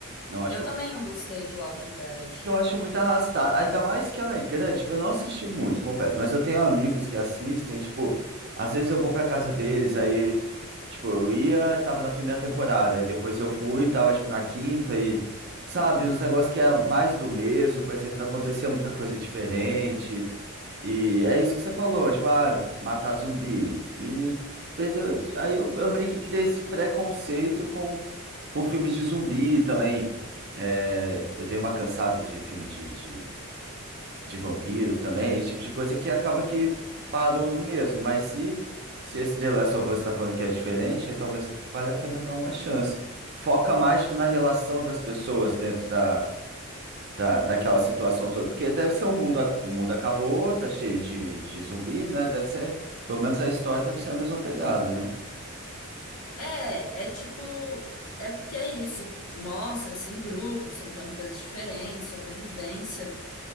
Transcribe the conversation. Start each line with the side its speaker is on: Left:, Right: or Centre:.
Right: não acho
Left: Eu também não gostei de Walking Dead.
Right: que eu acho muito arrastado. Ainda mais que ela é grande, tipo, eu não assisti muito, confesso, mas eu tenho amigos que assistem, tipo, às vezes eu vou pra casa deles, aí, tipo, eu ia, tava na primeira temporada, aí depois eu fui, tava, tipo, na quinta e, sabe, uns negócios que era mais do mesmo, parecia que não acontecia muita coisa diferente. E é isso que você falou, tipo, ah, matar zumbi. E perdeu. Aí eu, eu meio que criei esse preconceito com, com filmes de zumbi também. É, eu dei uma cansada de filme de, de, de vampiro também, esse tipo de coisa que acaba que parou no mesmo. Mas se, se esse The Last of Us está falando que é diferente, aí talvez valha a pena dar uma chance. Foca mais tipo, na relação das pessoas dentro da, da, daquela situação toda. Porque deve ser o mundo, a- o mundo acabou, tá cheio de, de zumbi, né? Deve ser, pelo menos a história deve ser a mesma pegada, né?
Left: É, é tipo, é porque é isso. Mostra, assim, grupos tentando coisas diferentes, sobrevivência.